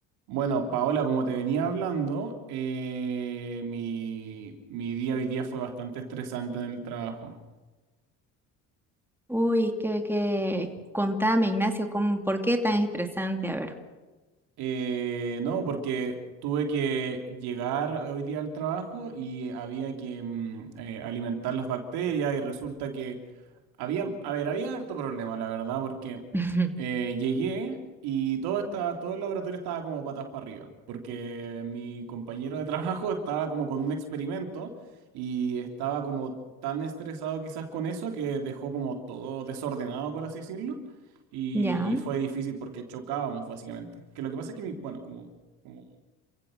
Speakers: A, on the right (about 80°); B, in the centre.
A: Bueno, Paola, como te venía hablando, eh, mi, mi día hoy día fue bastante estresante en el trabajo.
B: Uy, que, que, contame, Ignacio, ¿cómo, por qué tan estresante? A ver.
A: Eh, no, porque tuve que llegar hoy día al trabajo y había que mm, eh, alimentar las bacterias y resulta que había, a ver, había harto problema, la verdad, porque
B: <laughs>
A: eh, llegué y todo estaba, todo el laboratorio estaba como patas para arriba, porque mi compañero de trabajo <laughs> estaba como con un experimento y estaba como tan estresado quizás con eso que dejó como todo desordenado, por así decirlo. Y,
B: Ya.
A: y fue difícil porque chocábamos, básicamente. Que lo que pasa es que, mi, bueno, como, como,